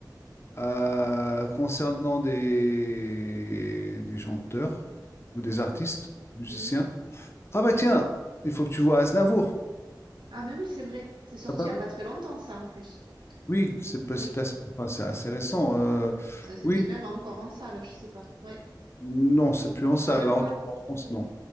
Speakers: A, on the left; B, on the right.
A: euh, concernant des, des chanteurs ou des artistes, musiciens.
B: Ouais.
A: Ah bah tiens, il faut que tu vois Aznavour.
B: Ah mais oui, c'est vrai. C'est sorti
A: T'as pas
B: il
A: vu?
B: n'y a pas très longtemps, ça, en plus.
A: Oui, c'est pas-
B: Oui.
A: c'est assez, enfin, c'est assez récent. euh,
B: Ça, c'est
A: oui,
B: peut-être même encore en salle, je sais pas. Ouais,
A: non, c'est plus en salle,
B: quand même
A: là, en,
B: pas.
A: tout cas en France,
B: Mm.
A: non.